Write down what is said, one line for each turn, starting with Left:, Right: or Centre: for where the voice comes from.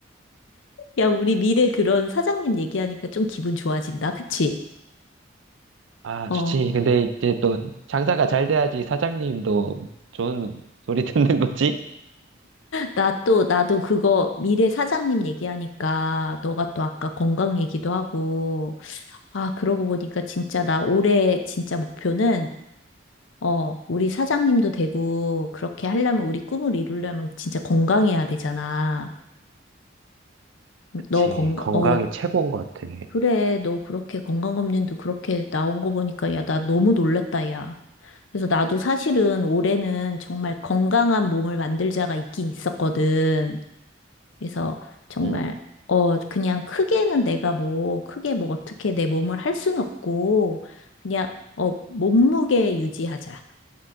Left: 야, 우리 미래 그런 사장님 얘기하니까 좀 기분 좋아진다. 그치?
Right: 아,
Left: 어,
Right: 좋지. 근데 이제 또 장사가 잘 돼야지 사장님도 좋은 소리 <laughs> 듣는 거지?
Left: 나 또, 나도 그거 미래 사장님 얘기하니까 너가 또 아까 건강 얘기도 하고, 아, 그러고 보니까 진짜 나 올해 진짜 목표는, 어, 우리 사장님도 되고, 그렇게 하려면 우리 꿈을 이루려면 진짜 건강해야 되잖아.
Right: 그치.
Left: 너 건강,
Right: 건강이
Left: 어,
Right: 최고인 것 같아.
Left: 그래, 너 그렇게 건강검진도 그렇게 나온 거 보니까, 야, 나 너무 놀랬다, 야. 그래서 나도 사실은 올해는 정말 건강한 몸을 만들자가 있긴 있었거든. 그래서 정말,
Right: 응.
Left: 어, 그냥 크게는 내가 뭐, 크게 뭐 어떻게 내 몸을 할 수는 없고, 그냥, 어, 몸무게 유지하자.